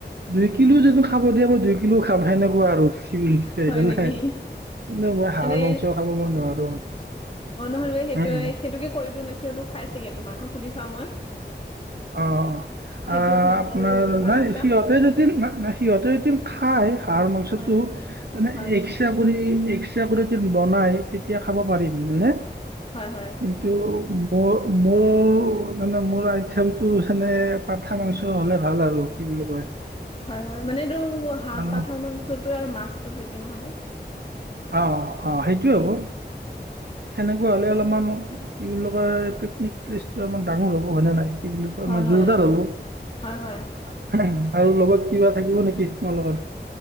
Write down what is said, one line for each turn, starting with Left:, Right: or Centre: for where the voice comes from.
Right: দুই কিলো যদি খাব দিয়া দুই কিলো খাব সেনেকুৱ আৰু
Left: হয়
Right: জানে
Left: নেকি
Right: কিন্ত মই হাঁহৰ
Left: মানে
Right: মাংস খাব মই নোৱাৰো
Left: হ'লেই
Right: উম অ
Left: সেইটোকে কৰি দি হ'লে সিহঁতো খাই চাগে এই মাস সুধি চাও মই
Right: অ
Left: সেইটো
Right: আহ
Left: খাম
Right: আপোনাৰ
Left: আৰু আৰু
Right: নাই
Left: কিবা
Right: সিহঁতে যদি ন নাই সিহঁতে যদি খাই পাহাৰ মাংসটো
Left: হয় হয়
Right: মানে
Left: হয়
Right: এক্স কৰি এক্সট্ৰা কৰি যদি বনাই তেতিয়া খাব পাৰিম জানানে
Left: হয় হয়
Right: কিন্তু, উম মোৰ মানে মোৰ আই থমটো সেইকাৰণে পাঠা মাংস হলে ভাল আৰু কি বুলি কয়
Left: হয়, হয়, মানে এইটো হাঁহ
Right: আৰু
Left: পাঠৰ মাংচটো আৰু মাছ <unintelligible> দিওঁ নহলে
Right: অ অ সেইটোয়ে হ'ব সেনেকুৱা হলে অলপ মান কি বুলি কয় পিকনিক প্লেচটোমান ডাঙৰ হ'ব হয়নে নাই কি বুলি কয়
Left: হয়
Right: মই
Left: হয়
Right: জোৰদাৰ হব
Left: হয় হয়
Right: আৰু লগত কিবা থাকিব নেকি তোমালোকৰ